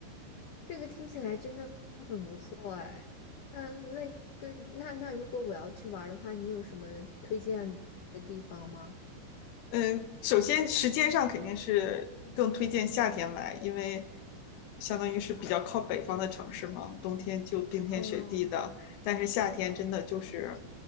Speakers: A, on the left (about 70°); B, on the left (about 85°).
A: 这个听起来真的很不错哎。那那对，那那如果我要去玩儿的话，你有什么推荐的地方吗？
B: 嗯，呃首先时间上肯定是更推荐夏天来，因为相当于是比较靠北方的城市嘛，冬天就冰天雪地的，
A: 嗯。
B: 但是夏天真的就是